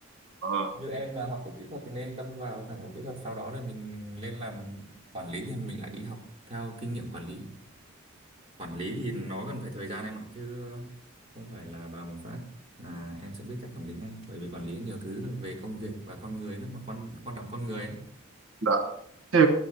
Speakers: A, on the right (about 75°); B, on the right (about 30°).
A: ờ,
B: như em mà học ở kỹ thuật thì nên đâm vào thẳng vào kỹ thuật sau đó rồi mình lên làm quản lý thì mình lại đi học theo kinh nghiệm quản lý quản lý thì nó cần phải thời gian em ạ chứ không phải là vào một phát là em sẽ biết cách quản lý ngay bởi vì quản lý nhiều thứ là về công việc và con người nữa mà quan quan trọng con người ấy.
A: dạ. thế